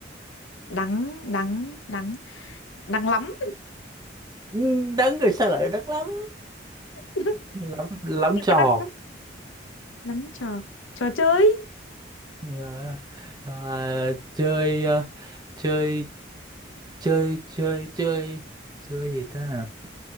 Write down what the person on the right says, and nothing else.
Ừ, đắng rồi sao lại đắng lắm
lắm lắm
trò
Ờ, ờ, chơi ờ, chơi chơi chơi chơi chơi gì ta hả?